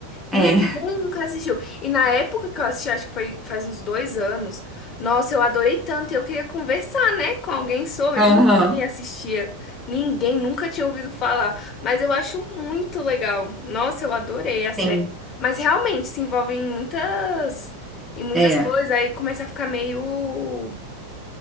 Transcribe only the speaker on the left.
Ninguém nunca assistiu. E na época que eu assisti, acho que foi faz uns dois anos, nossa, eu adorei tanto. E eu queria conversar, né, com alguém sobre.
Ninguém assistia. Ninguém nunca tinha ouvido falar. Mas eu acho muito legal. Nossa, eu adorei a série.
Mas realmente se envolve em muitas, em muitas
coisas. Aí começa a ficar meio,